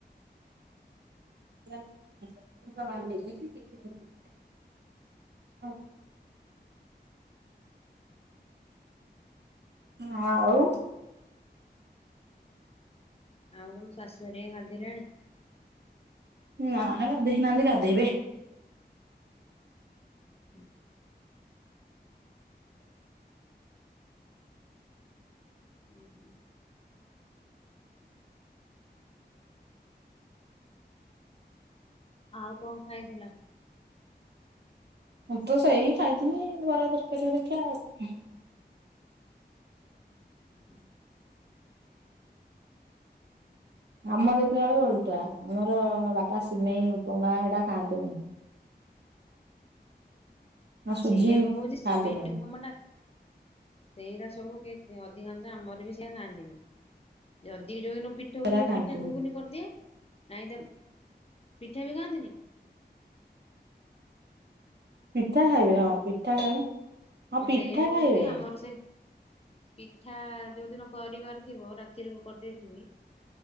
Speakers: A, on the right (about 75°); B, on the left (about 35°).
A: <inaudible> ହ ଆଉ,
B: ଆଉ ତମ ଶାଶୁ ହେରୀକା ଗାଧେଇଲେଣୀ?
A: ନା ଗାଧେଇ ନାହାନ୍ତି ଗାଧେଇବେ।
B: <unintelligible> ହୁଁ ହୁଁ ଆଉ କଣ ଖାଇଥିଲ?
A: ହ ତ ସେଇ ଖାଇଥିଲି ବରା ତରକାରୀ ହେରିକା।
B: ହଁ
A: ଆମ ଦେଖିଲା ବେଳକୁ ଓଲ ଆମର ବାପା ସିମେଇ ଉପମା ଏଟା ଖାଆନ୍ତିନି। ନା ସୁଜି
B: ସେଇଆବା କହୁଛି ସିମେଇ
A: ଖାଆନ୍ତିନି
B: ଉପମା ଟା ସେଇରା ସବୁ। ଅଧିକାଂଶ ଆମର ବି ସେଏ ଖାଆନ୍ତିନି ଯଦି ଯୋଉଦିନ। ପିଠା
A: ସେରା
B: ହଉଥିବ
A: ଖାଆନ୍ତିନି
B: ପିଠା ଘୁଗୁନି କରିଦିଏ ନାଇଁ। ପିଠା ବି ଖାଆନ୍ତିିନି।
A: ପିଠା ଖାଇବେ ହଁ ପିଠା ଖାଇବେ ହଁ
B: ମୁଁ
A: ପିଠା
B: ସେଇଆ ବା
A: ଖାଇବେ।
B: କହୁଛି ଆମର ସେ ପିଠା ଯୋଉ ଦିନ କରିବାର ଥିବ ରାତିରୁ କରିଦେଇଥିବି